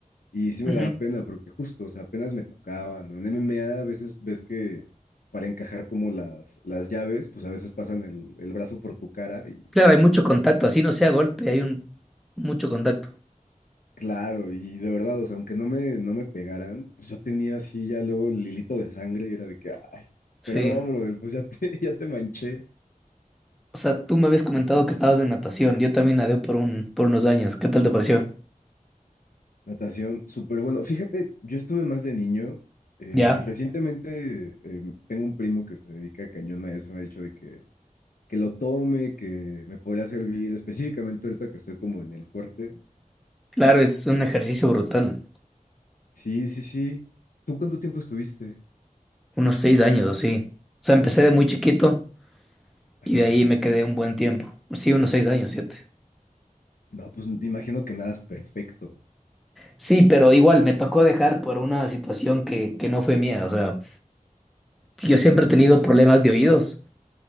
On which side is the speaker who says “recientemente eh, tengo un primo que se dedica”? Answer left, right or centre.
Left